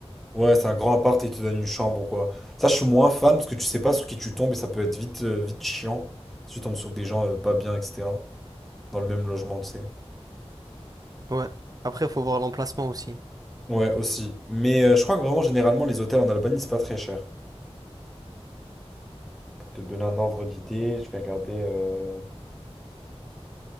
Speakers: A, in the centre; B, on the right.
A: Ouais, c'est un grand appart et ils te donnent une chambre ou quoi. Ça, je suis moins fan parce que tu sais pas sur qui tu tombes et ça peut être vite, euh, vite chiant si tu tombes sur des gens euh, pas bien, etc. Dans le même logement, tu sais.
B: Ouais. Après, il faut voir l'emplacement aussi.
A: Ouais, aussi. Mais euh, je crois que vraiment, généralement, les hôtels en Albanie, c'est pas très cher. Pour te donner un ordre d'idée, je vais regarder. euh,